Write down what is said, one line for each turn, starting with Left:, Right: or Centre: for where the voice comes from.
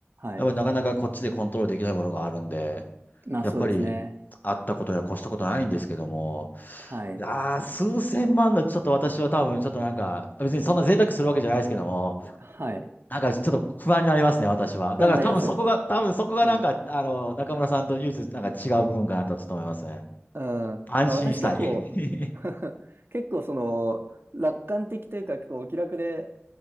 Right: はい。
Left: やっぱりなかなかこっちでコントロールできないものがあるんで、
Right: まあそうですね。
Left: やっぱりあったことには越したことないんですけども、
Right: はい。
Left: ああ、数千万のちょっと私は多分ちょっとなんか、別にそんな贅沢するわけじゃないですけども、
Right: はい。
Left: なんかちょっと不安になりますね、私は。
Right: 不安になります。
Left: だから多分そこが、多分そこがなんか、
Right: うん。
Left: あの、中村さんと唯一なんか違う部分かなとちょっと思いますね。
Right: うんあ、
Left: 安心したい。
Right: 私結構 <laughs> 結構その楽観的というか結構お気楽で